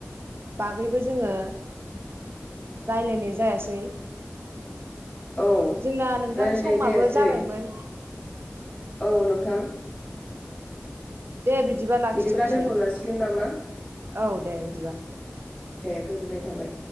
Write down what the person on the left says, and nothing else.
औ
रायलायनाय
जायासै
औ नोंथां।
बिदिब्ला दोनथ' जासिगोन नामा
दे गोजोननाय थाबाय।